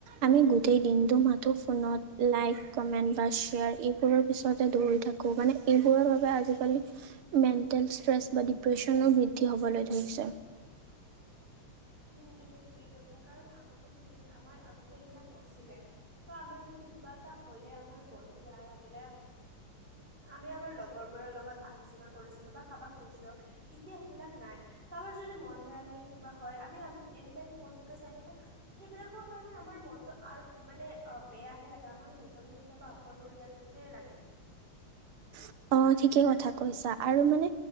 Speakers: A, on the right (about 80°); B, on the right (about 20°).
A: আমি গোটেই দিনটো মাথো ফোনত লাইক কমেণ্ট বা শ্বেয়াৰ এইবোৰৰ পিছতে দৌৰি থাকো মানে এইবোৰৰ বাবে আজিকালি মেণ্টেল ষ্ট্ৰেছ বা ডিপ্ৰেচনো বৃদ্ধি হ'বলৈ ধৰিছে।
B: উম তুমি ঠিকে কৈছা কাৰণ আগতে কি আছিল আমাৰ আগতে এইবিলাক নাছিলে ত আমি যদি বা এটা হ'লে আমাৰ মনটো বেয়া লাগিলে আমি আমাৰ লগৰবোৰৰ লগত আলোচনা কৰিছিলো বা কাৰোবাক কৈছিলো, এতিয়া সেইবিলাক নাই। কাৰোবাৰ যদি মন বেয়া লাগে কিবা হয় আমি এনি টাইম ফোনটোকে চাই থাকো সেইবিলাকৰ কাৰণে আমাৰ মনটো আৰু মানে বে বেয়াহে লাগে আমাক নিজকে কেতিয়াবা অকলশৰীয়া যেনহে লাগে।
A: <inaudible> অ ঠিকে কথা কৈছা আৰু মানে